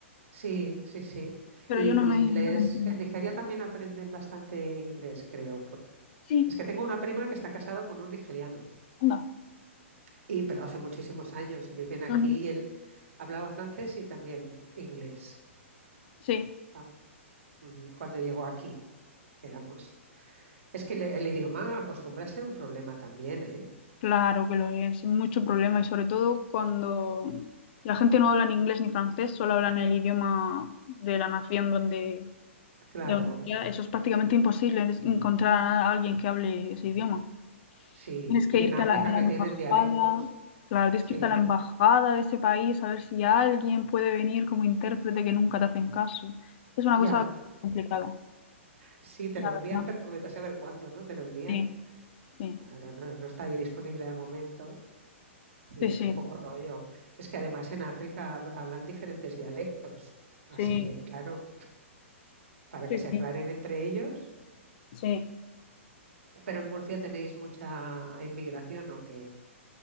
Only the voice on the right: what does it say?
Sí, sí, sí.
Y,
y
inglés,
en Nigeria también aprenden bastante inglés, creo. por-
Es que tengo una prima que está casada con un nigeriano,
y, pero hace muchísimos años y viven aquí
y él hablaba francés y también inglés.
Ah, ujú, Cuando llegó aquí, éramos. Es que le- el idioma acostumbra a ser un problema también, ¿eh?
Claro,
sí.
Y
en África
que
tienen dialectos,
sí.
Ya,
sí, te
lo envían,
pero vete a saber cuándo, ¿no? Te lo envían.
Claro, no, no está ahí disponible al momento y
es
un poco rollo. Es que además en África hab- hablan diferentes dialectos, así
que claro, para
que se aclaren
entre ellos.
eh, Pero en Murcia tenéis mucha inmigración, ¿o qué?